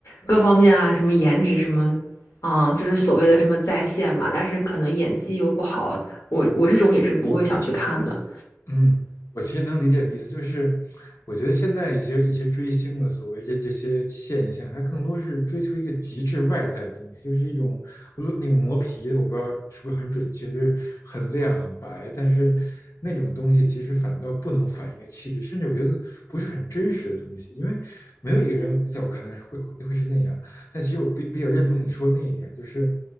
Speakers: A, on the left; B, on the left.
A: 各方面啊，什么颜值什么，嗯，就是所谓的什么在线嘛，但是可能演技又不好，我我这种也是不会想去看的。
B: 嗯，我其实能理解你的意思，就是我觉得现在一些一些追星的所谓这这些现象，它更多是追求一个极致外在的东西，就是一种呃那个磨皮，我不知道是不是很准确，就是很亮很白，但是那种东西其实反倒不能反映一个气质，甚至我觉得不是很真实的东西，因为没有一个人在我看来会会会是那样。但其实我比比较认同你说的那一点，就是